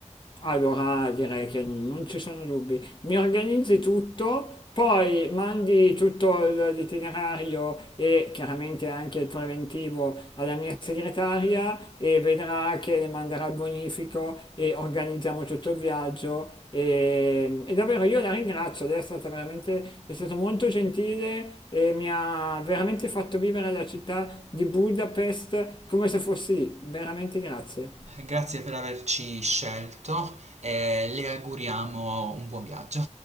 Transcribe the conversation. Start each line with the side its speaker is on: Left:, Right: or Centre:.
Left: Allora direi che non ci sono dubbi. Mi organizzi tutto, poi mandi tutto l- l'itinerario e chiaramente anche il preventivo alla mia segretaria e vedrà che le manderà il bonifico e organizziamo tutto il viaggio. E, e davvero io la ringrazio, lei è stata veramente, è stato molto gentile e mi ha veramente fatto vivere la città di Budapest come se fossi lì. Veramente grazie.
Right: Grazie per averci scelto e le auguriamo un buon viaggio.